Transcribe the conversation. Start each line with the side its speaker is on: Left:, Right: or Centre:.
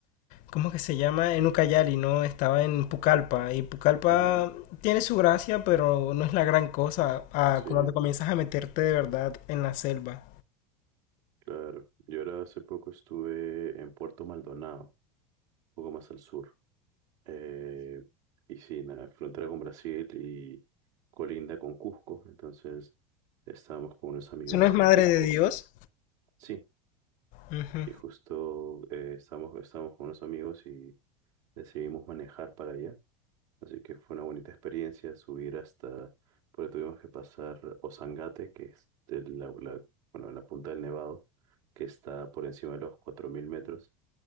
Left: ¿cómo que se llama? En Ucayali, ¿no? Estaba en Pucallpa. Y Pucallpa
Right: Ujú.
Left: tiene su gracia, pero no es la gran cosa a
Right: Sí,
Left: cuando comienzas a meterte de verdad en la selva.
Right: claro. Yo ahora hace poco estuve en Puerto Maldonado, un poco más al sur. Eh, y sí, nada, frontera con Brasil y colinda con Cusco. Entonces estábamos con unos amigos
Left: ¿Eso no es madre
Right: en Cusco.
Left: de Dios?
Right: Sí,
Left: Ujú.
Right: y justo eh, estábamos, estábamos con unos amigos y decidimos manejar para allá. Así que fue una bonita experiencia subir hasta, porque tuvimos que pasar Ozangate, que es el- la, la- bueno, la punta del Nevado, que está por encima de los 4.000 metros,